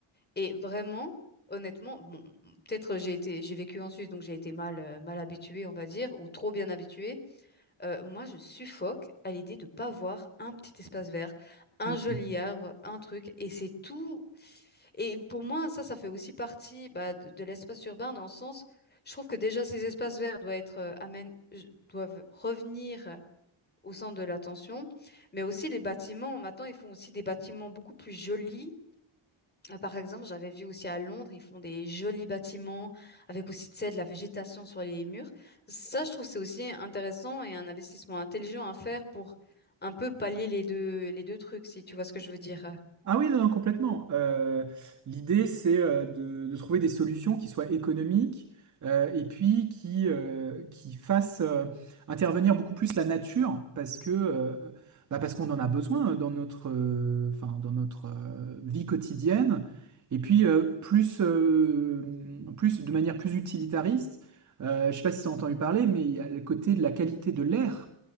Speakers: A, on the left (about 20°); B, on the right (about 35°).
A: Et vraiment, honnêtement, bon, peut-être j'ai été, j'ai vécu en Suisse, donc j'ai été mal, euh, mal habituée, on va dire, ou trop bien habituée. Euh, moi, je suffoque à l'idée de pas voir un petit espace vert, un
B: mm.
A: joli arbre, un truc, et c'est tout. Et pour moi, ça, ça fait aussi partie bah, de, de l'espace urbain dans le sens, je trouve que déjà ces espaces verts doivent être, euh, amènent- doivent revenir au centre de l'attention, mais aussi les bâtiments. Maintenant, ils font aussi des bâtiments beaucoup plus jolis. Euh, Par exemple, j'avais vu aussi à Londres, ils font des jolis bâtiments avec aussi, tu sais, de la végétation sur les murs. Ça, je trouve que c'est aussi intéressant et un investissement intelligent à faire pour un peu pallier les deux, les deux trucs, si tu vois ce que je veux dire.
B: Ah oui, non, non, complètement. Euh, l'idée, c'est euh, de, de trouver des solutions qui soient économiques euh, et puis qui, euh, qui fassent euh, intervenir beaucoup plus la nature parce que euh, bah, parce qu'on en a besoin dans notre, euh, enfin, dans notre euh, vie quotidienne. Et puis euh, plus, euh, plus de manière plus utilitariste, euh, je sais pas si tu as entendu parler, mais il y a le côté de la qualité de l'air.